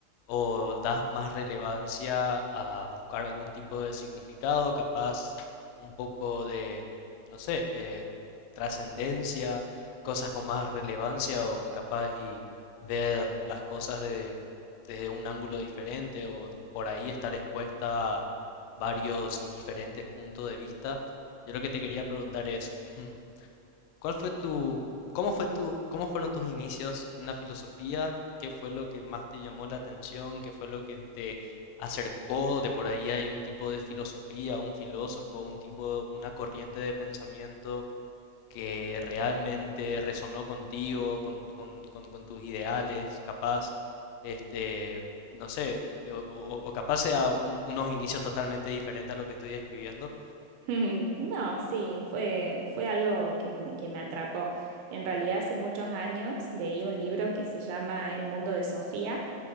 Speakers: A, on the left; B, on the right.
A: o das más relevancia a buscar algún tipo de significado, capaz un poco de, no sé, eh, trascendencia, cosas con más relevancia o capaz y ver las cosas de- desde un ángulo diferente o por ahí estar expuesta a varios y diferentes puntos de vista. Yo lo que te quería preguntar es, <clears throat> ¿Cuál fue tu, cómo fue tu, cómo fueron tus inicios en la filosofía? ¿Qué fue lo que más te llamó la atención? ¿Qué fue lo que te acercó? De por ahí hay un tipo de filosofía, un filósofo, un tipo, una corriente de pensamiento que realmente resonó contigo, con, con- con- con tus ideales, capaz, este, no sé, o, o- o capaz sea un- unos inicios totalmente diferentes a lo que estoy describiendo.
B: <laughs> No, sí, fue, fue algo que, m- que me atrapó. En realidad, hace muchos años leí un libro que se llama El mundo de Sofía